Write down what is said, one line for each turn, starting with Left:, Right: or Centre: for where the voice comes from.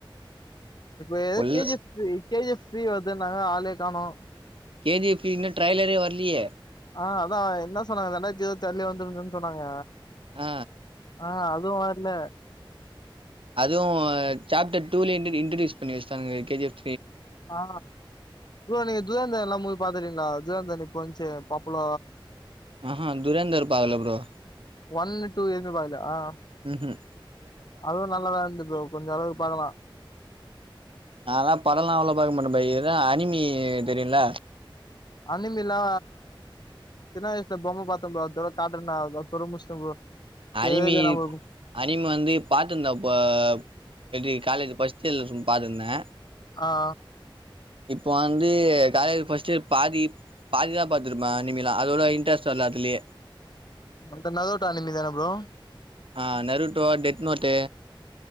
Left: இப்பத ஏதோ
Right: full
Left: K G F three K G F தீவது நாங்க ஆலயே காணோ
Right: கே ஜி ஃப் ட்ரையலறே வரலயே
Left: ஆ அதா என்ன சொன்னாங்க ரெண்டாயிரதி இருவதாறுலயே வந்திருந்ததுன்னு சொன்னாங்க
Right: ஆ
Left: ஆ அதுவு வரல
Right: அதுவு சாப்டர் டூல இன்ருடூஸ் இன்ட்ரோடியூஸ் பண்ணி வச்ச கே ஜி எப்
Left: ஆ நீங்க ஜுதேந்தர்ல்லா மூவி பாத்துட்டீங்களா ஜுதேந்தன் இப்போ வந்துச்சே பாப்பல
Right: ஆஹா துரேந்தர் பாக்கல ப்ரோ
Left: ஒன்னு டூ எது பாக்கலய ஆ
Right: ம் ம்
Left: அதுவு நல்லாதா இருந்து ப்ரோ கொஞ்ச அளவுக்கு பாக்கலா
Right: அதா படல்லா அவ்வளோ பாக்க மாட்டே பபாய் ஏத அனிமி தெரியுல
Left: அனிமிலா சின்னவயசுல பொம்மை பாத்தன் ப்ரோ அதோட கார்ட்டூன் அத்தோட முஷ்டேன் ப்ரோ
Right: அனிமி
Left: சேரி நம்ம
Right: அனிமி வந்து பாத்திருந்தாப்ப எது காலேஜ் பஸ் சல் சும் பாதுந்தே
Left: ஆ
Right: இப்ப வந்து காலேஜ் ஃபர்ஸ்ட் இயர் பாதி பாதிதா பாத்துருப்ப அனிம எல்லா அத்வளவு இன்டரஸ்ட் வரல அதுலயே
Left: அந்த நறுட்டோ அனிமி தானப்ரோ
Right: ஆ நருட்டோ டெத் மோட்டே